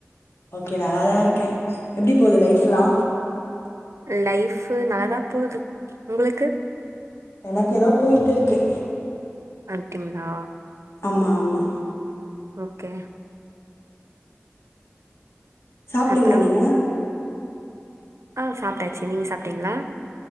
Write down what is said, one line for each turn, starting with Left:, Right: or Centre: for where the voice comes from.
Left: ஓகே நல்லாதா இருக்கே எப்டி போது லைஃப்ல்லா
Right: லைஃப்பு நல்லதா போது உங்குளுக்கு
Left: எனக்கு எதோ போயிட்டு இருக்கு
Right: அப்டிங்களா
Left: ஆமா ஆமா
Right: ஓகே
Left: சாப்டீங்களா
Right: அப்புறம்
Left: நீங்க
Right: ஆ சாப்டாச்சு நீங்க சாப்டீங்களா